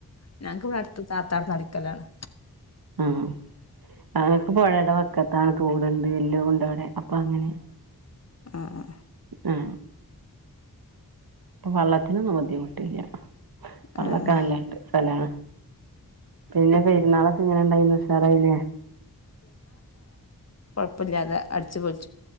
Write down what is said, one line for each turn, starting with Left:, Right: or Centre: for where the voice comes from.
Left: ഞങ്ങക്ക് ഇവിടെ അടുത്ത സാത്താട നടിക്കലാണ്
Right: ആഹ അങ്ങൊക്ക് പുഴയുടെ വക്ക അത്താണ് തൂടുണ്ട് എല്ലണ്ട് അവ്ടെ അപ്പം അങ്ങനെ
Left: ആഹ്ആ
Right: ആഹ്ആ പ്പൊ വള്ളത്തിനൊ ഒന്നും ബുദ്ധിമുട്ടില്ല വളളക്കെ
Left: ആഹ്
Right: നല്ലണ്ട് സ്ഥലാണ് പിന്നെ പെരുന്നാളൊക്കെ ഇങ്ങനെ ഇണ്ടായിന്ന് ഉഷാറായില്ലേ
Left: അപ്പല്ലാതെ അടിച്ചു പോച്ചു